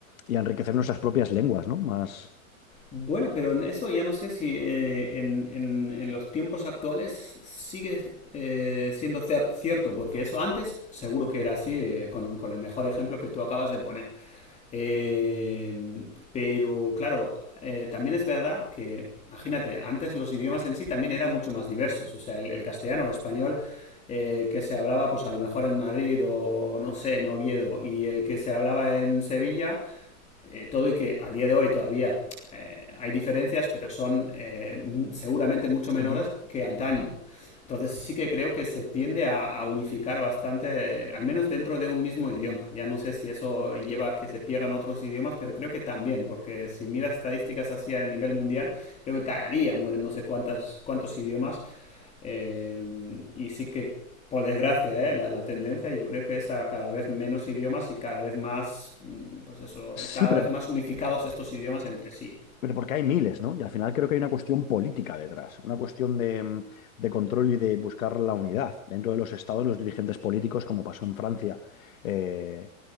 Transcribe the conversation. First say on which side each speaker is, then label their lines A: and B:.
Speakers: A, on the left (about 70°); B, on the left (about 15°).
A: y a enriquecer nuestras propias lenguas, ¿no? Más,
B: Bueno, pero en eso ya no sé si eh, en, en- en los tiempos actuales sigue eh, siendo cer- cierto, porque eso antes seguro que era así, eh, con, con el mejor ejemplo que tú acabas de poner. Eh, pero claro, eh, también es verdad que, imagínate, antes los idiomas en sí también eran mucho más diversos, o sea, el, el castellano o el español eh, que se hablaba pues a lo mejor en Madrid o no sé, en Oviedo, y el que se hablaba en Sevilla eh, todo y que a día de hoy todavía eh, hay diferencias, pero son eh, seguramente mucho menores
A: Ujú.
B: que antaño. Entonces sí que creo que se tiende a, a unificar bastante, eh, al menos dentro de un mismo idioma. Ya no sé si eso lleva a que se pierdan otros idiomas, pero creo que también, porque si miras estadísticas así a nivel mundial, creo que cada día mueren no sé cuántas, cuántos idiomas eh, y sí que, por desgracia, ¿eh? la, la, tendencia yo creo que es a cada vez menos idiomas y cada vez más, mm, pues eso,
A: Sí,
B: cada
A: pero
B: vez más unificados estos idiomas entre sí.
A: Pero porque hay miles, ¿no? Y al final creo que hay una cuestión política detrás, una cuestión de, mm, de control y de buscar la unidad dentro de los estados, los dirigentes políticos, como pasó en Francia eh,